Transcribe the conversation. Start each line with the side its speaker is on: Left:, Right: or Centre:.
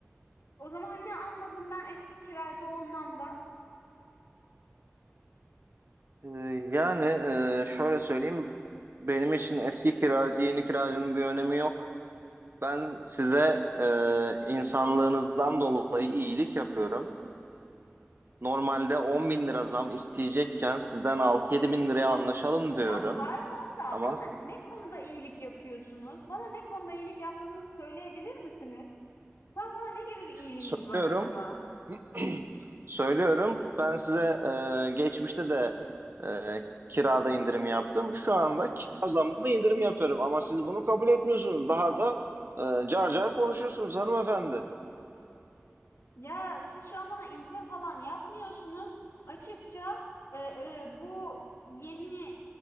Left: O zaman ne anladım ben eski kiracı olmamdan?
Right: E, yani e, şöyle söyleyeyim. Benim için eski kiracı, yeni kiracının bir önemi yok. Ben size e, insanlığınızdan dolayı iyilik yapıyorum. Normalde 10 bin lira zam isteyecekken sizden 6-7 bin liraya anlaşalım diyorum.
Left: Ya pardon da
Right: Ama
Left: bana ne konuda iyilik yapıyorsunuz? Bana ne konuda iyilik yaptığınızı söyleyebilir misiniz? Tam bana ne gibi bir iyiliğiniz
Right: söylüyorum
Left: var acaba?
Right: <clears throat> Söylüyorum. Ben size e, geçmişte de e, kirada indirim yaptım. Şu anda kira zammında indirim yapıyorum. Ama siz bunu kabul etmiyorsunuz. Daha da e, car car konuşuyorsunuz hanımefendi.
Left: Ya siz şu an bana indirim falan yapmıyorsunuz. Açıkça e, e, bu yeni